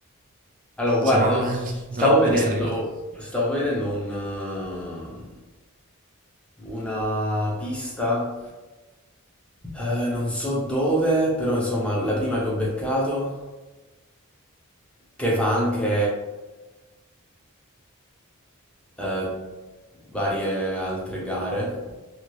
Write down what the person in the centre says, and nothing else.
Allora, guarda,
stavo
vedendo,
stavo vedendo un, eh, una pista, eh, non so dove, però insomma la prima che ho beccato che fa anche eh, varie altre gare.